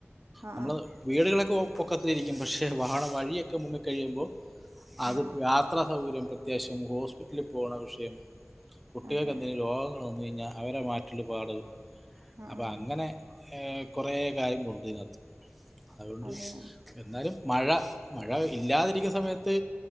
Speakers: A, on the right; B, in the centre.
A: ആ ആ
B: നമ്മളത് വീടുകളൊക്കെ പൊക്കത്തിലിരിക്കും പക്ഷേ വാഹന വഴിയൊക്കെ മുങ്ങി കഴിയുമ്പോ അത്
A: ആ ആ
B: യാത്രാ സൗകര്യം അത്യാശ്യം ഹോസ്പിറ്റലിൽ പോണ വിഷയം കുട്ടികൾക്ക്
A: അതെ
B: എന്തെങ്കിലും രോഗങ്ങൾ വന്നു കഴിഞ്ഞ അവരെ മാറ്റൽ പാട്
A: ആ
B: അപ്പൊ
A: ആ
B: അങ്ങനെ കുറേ കാര്യങ്ങളുണ്ട് ഇതിനകത്ത് അതുകൊണ്ട്
A: അതെ
B: എന്നാലും മഴ മഴ ഇല്ലാതിരിക്കുന്ന സമയത്ത്